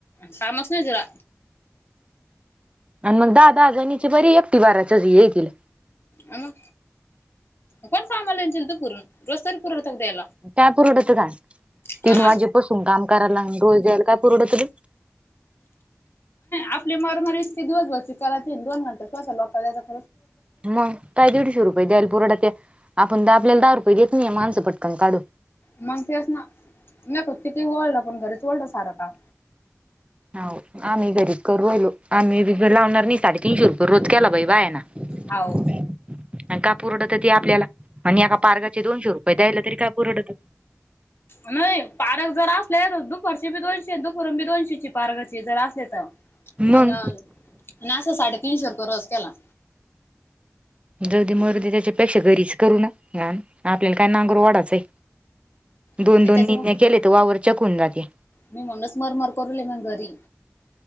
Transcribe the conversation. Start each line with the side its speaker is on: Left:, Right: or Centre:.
Left: कामस ये जरा
Right: आणि मग दहा दहा जणीची बरी एकटी बाराच्या हे केलं
Left: मग कोण कामाला तू पुरून रोज तर <inaudible>
Right: काय पुरड होतं का
Left: हा
Right: तीन वाजेपसून काम करायला रोज द्यायला काय परवडत रे
Left: आपली मरमारी इतकी दिवसभरची करायची अन दोन घंटे कशाला लोकाला द्यायचे
Right: मग काय दीडशे रुपये द्याल पुरठा ते आपण द आपल्याला दहा रुपये देत नाही माणसं पटकन काढू.
Left: मग ते अस ना नाही फक् तिथ ओळलं पण घरीच ओळलं सारं का
Right: हो आम्ही घरी करूहिलो आम्ही ब लावणार नाही साडेतीीनशे रुपये रोज केला भाई बा आहे ना.
Left: होव.
Right: आणि का पुरड होत तेी आपल्याला आणि एका पार्गाचे दोनशे रुपये द्यायला तरी काय पुरट होत.
Left: नाही पारक जर असले दुपरची बी दोनशे दुपरून बी दोनशेची पार्काची जर असले तर.
Right: मग
Left: अ ना अस साडेतीीनशे रुप रस केला.
Right: जगदी मर्दी त्याच्यापेक्षा घरीच करू न घाण आपल्याला काय नांगर वाढाचं आहे.
Left: मी
Right: दोन दोन
Left: त्याच्या
Right: निणे केले तर वावर चकून जाते.
Left: मी म्हणडस मार मार करूले म घरी.